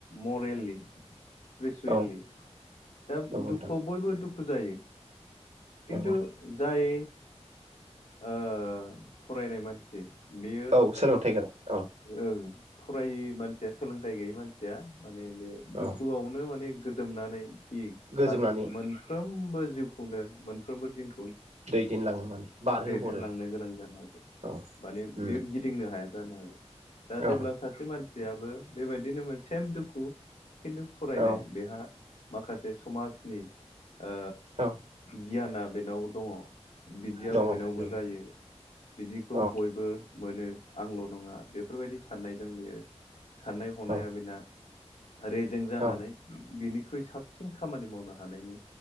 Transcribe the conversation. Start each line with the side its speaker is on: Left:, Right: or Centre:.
Left: मरेलि गोसो
Right: औ
Left: लि दा
Right: नंगौ
Left: दुखुआव
Right: नोंथां
Left: बयबो दुख फु जायो। खिन्थु
Right: नंगौ
Left: जाय ओ फरायनाय मोन बे-बेयो
Right: औ सोलोंथाइ गोनां औ
Left: ओं। फरायै मानसिया सोलोंथाइ गैयै मानसिया माने बे दुखुआवनो
Right: औ
Left: माने गोजोमनानै खि
Right: गोजोमनानै
Left: फारग मोनफ्रोमबो जिउ नो मोनफ्रोमबो थिं
Right: दैदेनलाङो माने। बारहोहरो
Left: दैदेनलांनो गोनां जानो हागौ
Right: औ
Left: माने
Right: उम
Left: बेयो गिदिंनो हाया। जानो हागौ दा
Right: औ
Left: जेब्ला सासे मानसि याबो बेबायदिनोमोन सेम दुखु खिन्थु फरायनाय
Right: औ
Left: बेहा माखासे समाजनि ओ
Right: औ
Left: गियाना बेनाव दङ बयनावबो
Right: दङ नंगौ
Left: जायो बिदिखौ
Right: औ
Left: बयबो मोनो आंल' नङा बेफोरबायदि साननायजों बियो साननाय हनाया
Right: औ
Left: बेना रेजें जानानै
Right: औ
Left: बिनि ख्रुइ साबसिन खामानि मावनो हानायनि